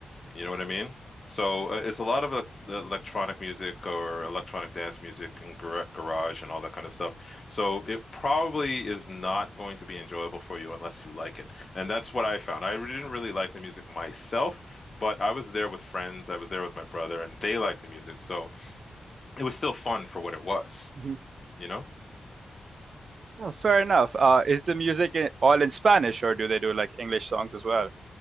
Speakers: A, on the left; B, on the right.
A: You know what I mean? So uh, it's a lot of uh, the electronic music or electronic dance music and gar garage and all that kind of stuff. So it probably is not going to be enjoyable for you unless you like it. And that's what I found. I really didn't really like the music myself, but I was there with friends, I was there with my brother, and they liked the music. So it was still fun for what it was,
B: <laughs>
A: you know?
B: Oh, fair enough. Uh, is the music i- all in Spanish, or do they do like English songs as well?